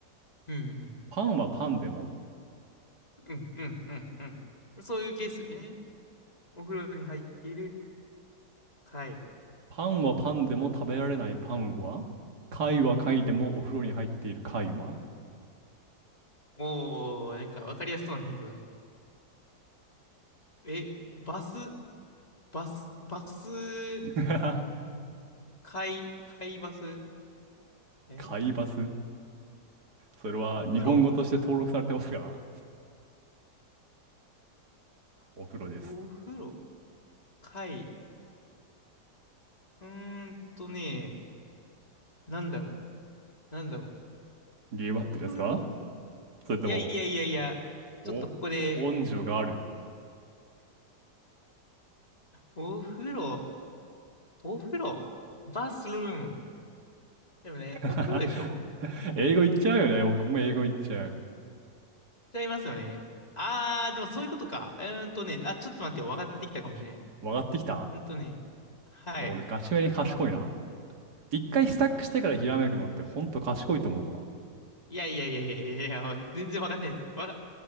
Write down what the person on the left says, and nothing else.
うんうん。
うんうんうんうん。そういうケースよね。お風呂に入っている貝。
おー、なんかわかりやすそうなヒントだ。え、バス、バス、バス、
貝、貝バス。え、
お風呂、
お風呂、貝。うーんとね、なんだろう。なんだろ
う。お風呂。
いやいやいやいや。ちょっとここで、
お風呂、お風呂、バスルーム。でもね、
お風呂でしょ
ちゃいますよね。あー、でもそういうことか。うーんとね、あ、ちょっと待ってよ。分かってきたかもしれん。う
ーんとね、はい。
いやいやいやいやいやいや、全然分かってないですよ。わか、